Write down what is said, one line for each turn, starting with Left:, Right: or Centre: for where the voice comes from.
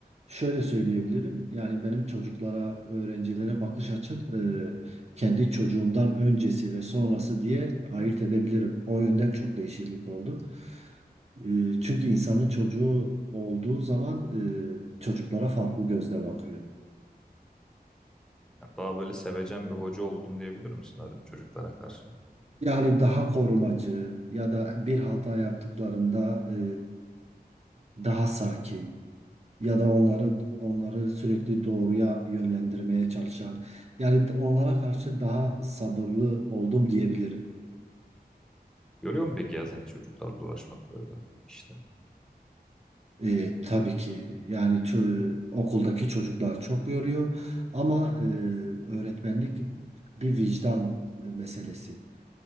Right: Şöyle söyleyebilirim. Yani benim çocuklara, öğrencilere bakış açım e, kendi çocuğumdan öncesi ve sonrası diye ayırt edebilirim. O yönden çok değişiklik oldu. E, çünkü insanın çocuğu olduğu zaman e, çocuklara farklı gözle bakıyor.
Centre: Yani daha böyle sevecen bir hoca oldum diyebilir misin öğret çocuklara karşı?
Right: Yani daha korumacı ya da bir hata yaptıklarında e, daha sakin. ya da onları onları sürekli doğruya yönlendirmeye çalışan yani onlara karşı daha sabırlı oldum diyebilirim.
Centre: Görüyor mu peki ya seni çocuklarla uğraşmak böyle işte?
Right: Ee, tabii ki yani çö- okuldaki çocuklar çok yoruyor ama e, öğretmenlik bir vicdan e, meselesi.